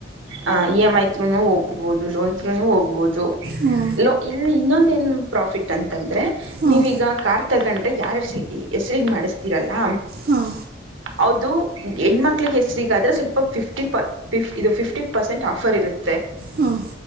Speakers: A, on the right (about 80°); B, on the right (about 50°).
A: ಹ ಇ ಎಮ್ ಐ ತ್ರೂನು ಹೋಗ್ಬಹುದು ಲೋನ್ ತ್ರೂನು ಹೋಗ್ಬಹದು
B: ಹಾ
A: ಇಲ್ಲಿ ಇನ್ನೊಂದ ಏನು ಪ್ರಾಫಿಟ್ ಅಂತಂದ್ರೆ
B: ಹಾಂ
A: ನೀವೀಗ ಯಾರ್ ತಗೊಂಡ್ರೆ ಯಾರಾರ್ಸ ಹೆಸ್ರಗ್ ಮಾಡಸ್ತಿರಲ್ಲಾ
B: ಹಾಂ
A: ಹೌದು ಹೆಣ್ಮಕ್ಳಿಗೆ ಹೆಸ್ರಗಾದ್ರೆ ಸ್ವಲ್ಪ ಫಿಫ್ಟಿ ಪ ಫಿಫ ಇದು ಫಿಫ್ಟಿ ಪರ್ಸೆಂಟ್ ಆಫರ್ ಇರುತ್ತೆ
B: ಹಾಂ